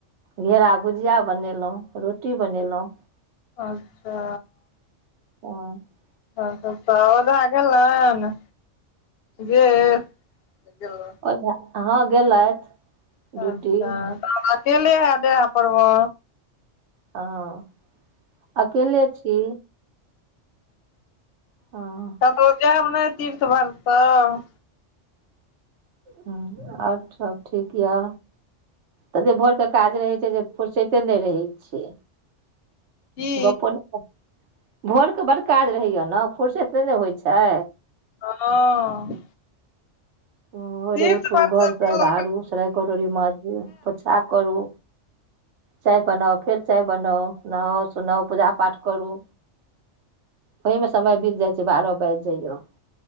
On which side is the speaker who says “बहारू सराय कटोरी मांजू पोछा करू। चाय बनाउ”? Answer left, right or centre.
Right